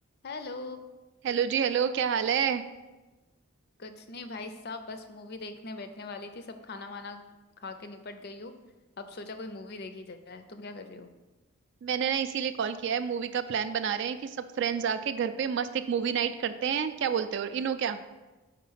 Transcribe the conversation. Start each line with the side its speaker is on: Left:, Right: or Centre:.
Left: Hello
Right: Hello जी Hello क्या हाल है
Left: कुछ नहीं भाई साहब बस मूवी देखने बैठने वाली थी सब खाना वाना खा के निपट गई हूँ अब सोचा कोई मूवी देखी जाए तुम क्या कर रही हो
Right: मैंने ना इसीलिए कॉल किया है मूवी का प्लान बना रहे हैं कि सब फ्रेंड्स आके घर पे मस्त एक मूवी नाइट करते हैं क्या बोलते हो और इनो क्या